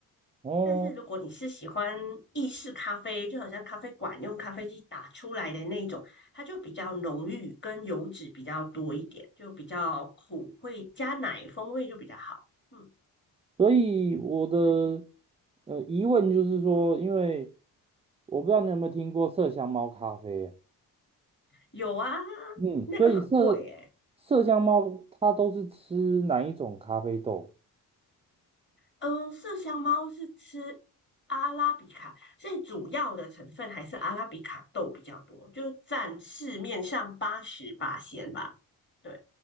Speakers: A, on the right; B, on the left.
A: 哦。
B: 但是如果你是喜欢意式咖啡，就好像咖啡馆用咖啡机打出来的那一种，它就比较浓郁，跟油脂比较多一点，就比较苦，会加奶，风味就比较好。嗯，
A: 所以我的
B: 对，
A: 呃疑问就是说，因为我不知道你有没有听过麝香猫咖啡啊，
B: 有啊，
A: 嗯，
B: 那个很贵诶。
A: 所以麝麝香猫它都是吃哪一种咖啡豆？
B: 嗯，麝香猫是吃阿拉比卡，所以主要的成分还是阿拉比卡豆比较多，就占市面上八十八仙吧。对，